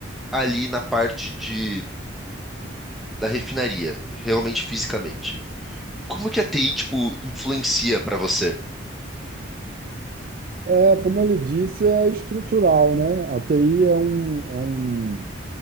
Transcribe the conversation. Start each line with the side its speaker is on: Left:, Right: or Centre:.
Centre: ali na parte de, da refinaria, realmente fisicamente. Como que a TI, tipo, influencia pra você?
Right: É, como eu lhe disse, é estrutural, né? A TI é um, é um,